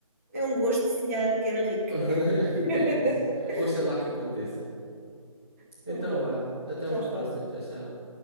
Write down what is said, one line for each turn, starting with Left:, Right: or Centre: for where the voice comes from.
Right: Foi um gosto de sonhar que era rica.
Centre: <laughs>
Right: <laughs>
Centre: É isso. Oxalá que aconteça.
Right: Então
Centre: Então
Right: vá,
Centre: vá. Até
Right: tchau,
Centre: uma
Right: tchau.
Centre: próxima. Tchau, tchau.